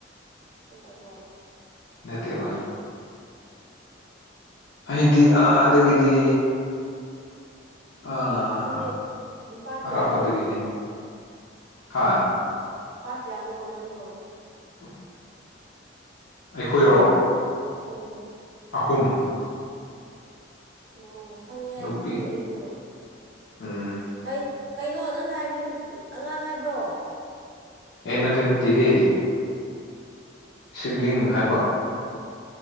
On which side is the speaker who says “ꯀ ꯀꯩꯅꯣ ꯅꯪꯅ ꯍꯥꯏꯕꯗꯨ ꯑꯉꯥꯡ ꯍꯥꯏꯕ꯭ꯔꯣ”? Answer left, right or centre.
Right